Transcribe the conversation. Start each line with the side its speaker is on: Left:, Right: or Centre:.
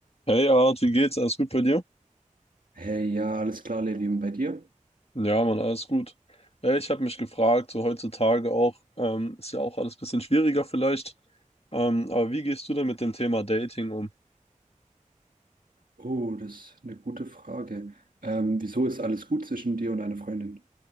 Left: Hey Art, wie geht's? Alles gut bei dir?
Right: Hey, ja, alles klar, Levi, und bei dir?
Left: Ja, Mann, alles gut. Äh, Ich habe mich gefragt, so heutzutage auch, ähm, ist ja auch alles ein bisschen schwieriger vielleicht. Ähm, aber wie gehst du denn mit dem Thema Dating um?
Right: Oh, das ist eine gute Frage. Ähm, wieso ist alles gut zwischen dir und deiner Freundin?